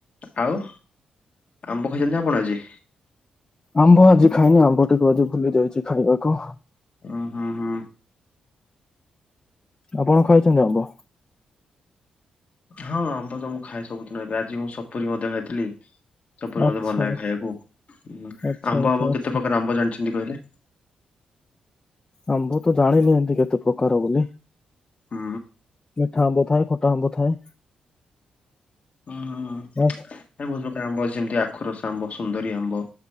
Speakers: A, on the left; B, on the left.
A: ଆଉ ଆମ୍ବ ଖାଇଛନ୍ତି ଆପଣ ଆଜି?
B: ଆମ୍ବ ଆଜି ଖାଇନି, ଆମ୍ବ ଟିକେ ଆଜି ଭୁଲି ଯାଇଛି ଖାଇବାକୁ।
A: ଓ ହଁ, ହଁ।
B: ଆପଣ ଖାଇଛନ୍ତି ଆମ୍ବ?
A: ହଁ ଆମ୍ବ ତ ମୁଁ ଖାଏ ସବୁଦିନ। ଏବେ ଆଜି ମୁଁ ସପୁରୀ ମଧ୍ୟ ଖାଇଥିଲି। ସପୁରୀ ମୋତେ
B: ଆଚ୍ଛା
A: ଭଲ ଲାଗେ
B: ଆଚ୍ଛା
A: ଖାଇବାକୁ। ଉଁ,
B: ଆଚ୍ଛା
A: ଆମ୍ବ
B: ଆଚ୍ଛା
A: ଆମ୍ବ
B: ଆଚ୍ଛା
A: କେତେ ପ୍ରକାର ଆମ୍ବ ଜାଣିଛନ୍ତି କହିଲେ?
B: ଆମ୍ଭ ତ ଜାଣିନି ଏମତି କେତେ ପ୍ରକାର ବୋଲି।
A: ହୁଁ
B: ମିଠା ଆମ୍ବ ଥାଏ, ଖଟା ଆମ୍ବ ଥାଏ।
A: ଅଁ, ହଁ, ହଁ
B: ଆଚ୍ଛା
A: ଏ ବହୁତ ପ୍ରକାର ଆମ୍ବ ଯେମତି ଆଖୁୁରସ ଆମ୍ବ ସୁନ୍ଦରୀ ଆମ୍ବ